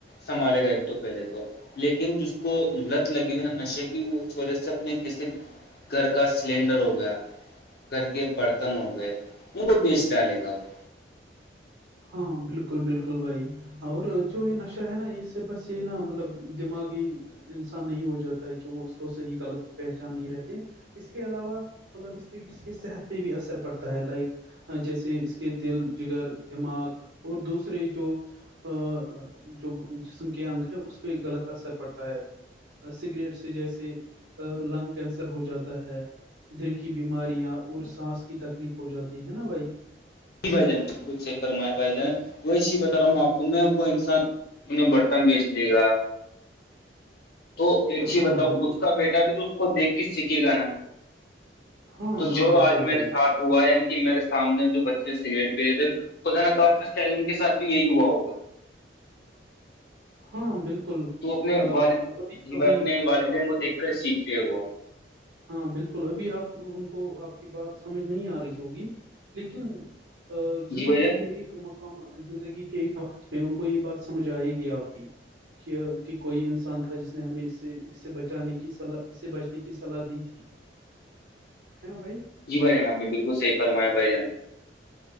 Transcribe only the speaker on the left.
سنبھالے گئے تھے تو پہلے تو لیکن جس کو لت لگی ہوئی نا نشے کی وہ اس وجہ سے اپنے جیسے گھر کا سلینڈر ہو گیا گھر کے برتن ہو گئے ان کو بیچ ڈالے گا وہ
ج بائی جان بالکل صح فرم ہے بھائی جان توی چی بتا رہا ہوں میں آ کو میں وہ انسان انہیں برتن بیچ دے گا تو ایک چیز
بتاؤ
اس کا بیٹا بھی تو اس کو دیکھ کے سیکھے گا نا
تو
جو
آج میرے
ساتھ ہوا یعنی کہ میرے سامنے جو بچ سگریٹ پہے تھے خز ن کا شاید ان کے ساتھ بھی یہی ہوا ہوگا
تو اپنے
والدی
میں اپنے والدین
کو دیکھ کر سیکھتے وہ
جی بھائی جان
جی بھائی جان آپ نے بالکل صحیح فرمایا بھائی جان